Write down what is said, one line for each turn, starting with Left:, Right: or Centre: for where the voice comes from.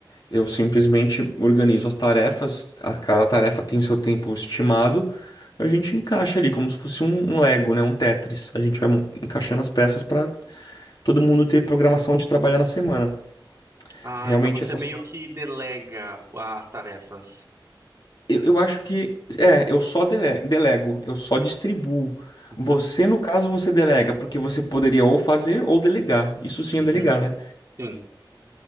Left: Eu simplesmente organizo as tarefas, a- cada tarefa tem o seu tempo estimado. A gente encaixa ali como se fosse um, um Lego, né? Um Tetris. A
Right: uhum.
Left: gente vai mon- encaixando as peças para todo mundo ter programação de trabalhar na semana.
Right: Ah,
Left: Realmente
Right: então você
Left: essa
Right: meio
Left: sua.
Right: que delega as tarefas.
Left: Eu, eu acho que é, eu só dele- delego, eu só distribuo.
Right: Uhum,
Left: Você, no caso, você delega, porque você poderia ou fazer ou delegar. Isso sim
Right: uhum,
Left: é delegar, né?
Right: sim.